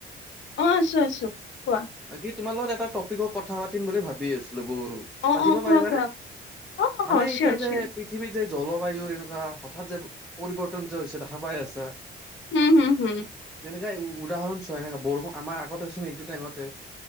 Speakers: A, on the left; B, in the centre.
A: অ' আছোঁ, আছোঁ কোৱা?
B: বাকী তোমাৰ লগত এটা টপিকৰ কথা পাতিম বুলি ভাবি আছোঁ।
A: অ
B: পাতিব
A: অ কোৱা
B: পাৰিবা
A: কোৱা
B: নে?
A: অ
B: মানে
A: অ
B: এতিয়া
A: চিয়ৰ
B: যে
A: চিয়ৰ
B: পৃথিৱী যে জলবায়ু এনেকুৱা হঠাৎ যে পৰিৱৰ্তন যে হৈছে দেখা পাই আছা।
A: উম হম হম।
B: এনেকে উদাহৰণ চোৱা এনেকা বৰষুণ আমাৰ আগতে আছে নে এইটো টাইমতে।